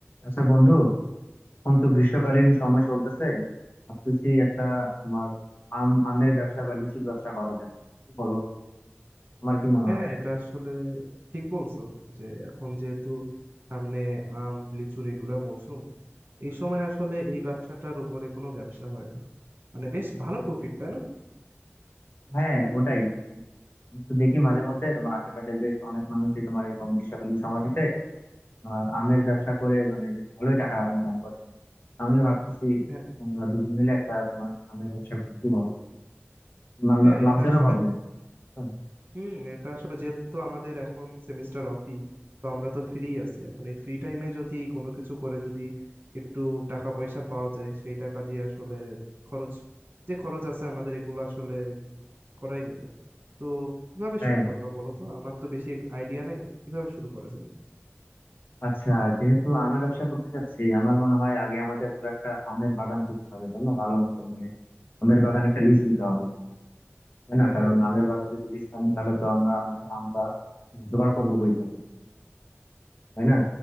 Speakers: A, on the left; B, on the right.
A: আচ্ছা বন্ধু এখন তো গ্রীষ্মকালীন সময় চলতেছে ভাবতেছি একটা তোমার আম আমের ব্যবসা বা লিচুর ব্যবসা করা যাবে কি বলো তোমার কি মনে
B: হ্যাঁ
A: হয়
B: এটা আসলে ঠিক বলছো যে এখন যেহেতু সামনে আম লিচুর এগুলোর মৌসুম এই সময় আসলে এই ব্যবসাটার উপরে কোনো ব্যবসা হয় না মানে বেশ ভালো প্রফিট তাই না
A: হ্যাঁ ওটাই মানে আমি তো দেখি মাঝে মধ্যে তোমার আশেপাশের বেশ অনেক মানুষই তোমার এরকম গ্রীষ্মকালীন সময়টাতে তোমার আমের ব্যবসা করে মানে বেশ ভালোই টাকা ইনকাম করে আমিও ভাবতেছি
B: হ্যাঁ
A: আমরা দুজন মিলে একটা তোমার আমের ব্যবসা করি কি বলো তোমার
B: হ্যাঁ
A: লাভজনক
B: এটা আসলে
A: হবে বুঝছো?
B: হুম এটা আসলে যেহেতু আমাদের এখন সেমিস্টার অফই তো আমরা তো ফ্রি আছি এখন এই ফ্রি টাইমে যদি কোনো কিছু করে যদি একটু টাকা পয়সা পাওয়া যায় সেই টাকা দিয়ে আসলে খরচ যে খরচ আছে আমাদের এগুলো আসলে করাই যাবে তো কিভাবে
A: হ্যাঁ
B: শুরু করবা বলো তো আমার তো বেশি আইডিয়া নাই কিভাবে শুরু করা যায়
A: আচ্ছা যেহেতু আমের ব্যবসা করতে চাচ্ছি আমার মনে হয় আগে আমাদের তো একটা আমের বাগান করতে হবে তাই না ভালো মতো মানে আমের বাগান একটা লিজ নিতে হবে তাই না
B: হ্যাঁ
A: কারণ আমের বাগান যদি লিজ না নিই তাহলে তো আমরা মানে আমটা জোগাড় করবো কই থেকে তাই না